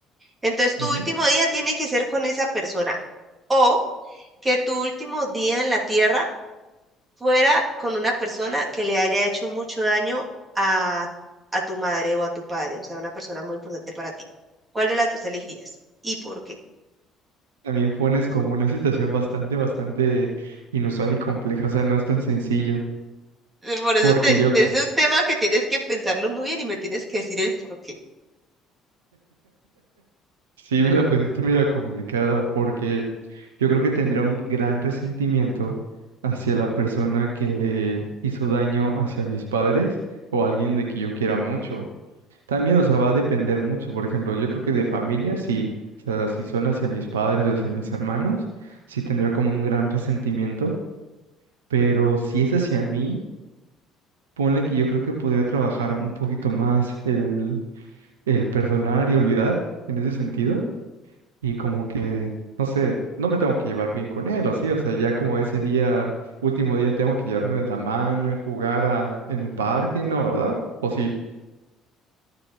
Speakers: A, on the right; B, on the right.
A: Entonces, tu
B: ujú.
A: último día tiene que ser con esa persona. O que tu último día en la tierra fuera con una persona que le haya hecho mucho daño a, a tu madre o a tu padre, o sea, una persona muy importante para ti. ¿Cuál de las dos elegirías y por qué?
B: También pones como una situación bastante, bastante inusual y compleja, o sea, no es tan sencillo,
A: Por eso
B: porque
A: te,
B: yo
A: te- es un tema que tienes que pensarlo muy bien y me tienes que decir el por qué.
B: Sí, me la pusiste medio complicada porque yo creo que tendría un gran resentimiento hacia la persona que le hizo daño hacia mis padres o alguien de que yo quiera mucho. También, o sea, va a depender mucho. Por ejemplo, yo creo que de familia, sí, o sea, si son hacia mis padres o hacia mis hermanos, sí tendría como un gran resentimiento. Pero si es hacia mí, ponle que yo creo que podría trabajar un poquito más el, el perdonar y olvidar en ese sentido y como que, no sé, no me tengo que llevar bien con él, o sí, o sea, ya como ese día, último día tengo que llevarme de la mano y jugar a- en el parque, ¿no? ¿Verdad? O sí,